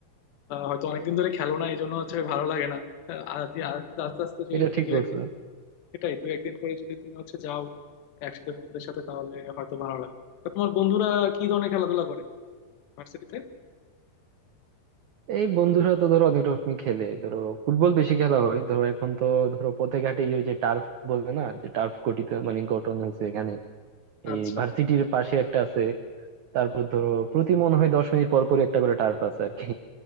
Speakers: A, on the left (about 80°); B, on the right (about 80°).
A: আহ, হয়তো অনেকদিন ধরে খেলো না এই জন্য হচ্ছে ভালো লাগে না আহ, আর দি- আর কিন্তু আস্তে আস্তে যদি
B: এটা
A: তুমি
B: ঠিক
A: দু
B: বলছো
A: একদিন সেটাই দু একদিন করে যদি তুমি হচ্ছে যাও একসাথে বন্ধুদের সাথে তাহলে হয়তো ভালো লাগে তো তোমার বন্ধুরা কি ধরনের খেলাধুলা করে ভার্সিটিতে
B: এই বন্ধুরা তো ধরো অনেক রকমই খেলে ধরো ফুটবল বেশি খেলা হয় ধরো এখন তো ধরো পথে ঘাটে ওই যে টার্ফ বলে না যে টার্ফ গঠিত মানে গঠন হয়েছে এখানে এই
A: আচ্ছা
B: ভার্সিটির পাশে একটা আছে তারপর ধরো প্রতি মনে হয় দশ মিনিট পর পর একটা করে টার্ফ আছে আর কি